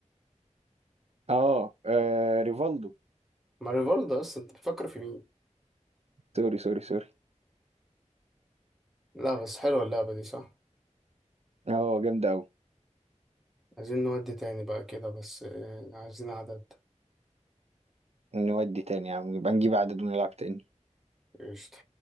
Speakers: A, on the right; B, in the centre.
A: اه آه، ريفالدو
B: ما ريفالدو اصلا انت بتفكر في مين؟
A: سوري سوري سوري
B: لا بس حلوة اللعبة دي صح؟
A: اه جامد قوي
B: عايزين نودي تاني بقى كده بس آه، عايزين عدد
A: نودي تاني يا عم يبقى نجيب عدد ونلعب تاني
B: قشطة